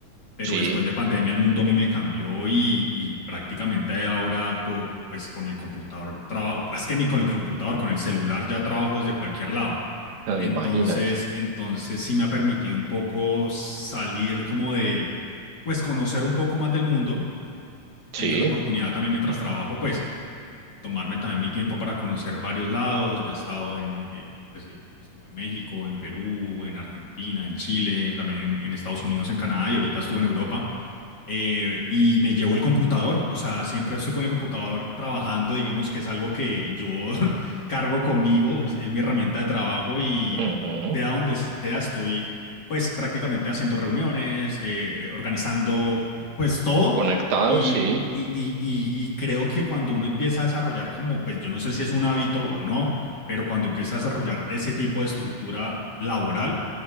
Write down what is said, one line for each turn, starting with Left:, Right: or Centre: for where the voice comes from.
Left: pero
Right: Sí,
Left: después de pandemia el mundo a mí me cambió y, y prácticamente ahora po- pues con el computador trabajo, es que ni con el computador, con el celular ya trabajo desde cualquier lado.
Right: ah,
Left: Entonces,
Right: imagínate.
Left: entonces sí me ha permitido un poco salir como de, pues conocer un poco más del mundo. He
Right: Sí,
Left: tenido la oportunidad también mientras trabajo, pues tomarme también mi tiempo para conocer varios lados. Ya he estado en, eh, pues eh, estuve en México, en Perú, en Argentina, en Chile, también en en Estados Unidos, en Canadá y ahorita estuve en Europa eh, y me llevo el computador, o sea, siempre estoy con el computador trabajando, digamos que es algo que yo <laughs> cargo conmigo, es, es mi herramienta de trabajo y
Right: ujú.
Left: sea donde sea, estoy pues prácticamente haciendo reuniones, eh, organizando pues todo
Right: Conectado,
Left: y,
Right: sí,
Left: y, y, y y creo que cuando uno empieza a desarrollar como, pues yo no sé si es un hábito o no, pero cuando empieza a desarrollar ese tipo de estructura laboral,